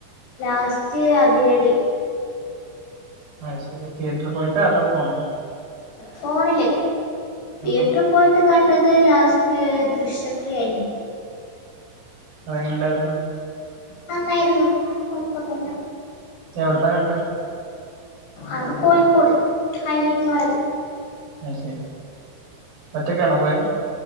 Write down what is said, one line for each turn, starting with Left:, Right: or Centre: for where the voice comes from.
Left: ലാസ്റ്റ് അതിരടി.
Right: അത് ശരി തിയേറ്റർ പോയിട്ട് അതോ ഫോൺലോ
Left: ഫോണില് തീയറ്റർ
Right: ആഹാ
Left: പോയിട്ട് കണ്ടത് ലാസ്റ്റ് ദൃശ്യം ത്രീ യായിരുന്നു
Right: അതെങ്ങനെ ഉണ്ടായിരുന്നു
Left: നന്നായിരുന്നു കോഴപ്പൊന്നുല്ല
Right: എവിടന്നാ കണ്ടെ
Left: അത് കോഴിക്കോട് ഹൈലിറ്റ് മാൾ നിന്ന്
Right: അത് ശരി ഒറ്റൊക്കാണോ പോയെ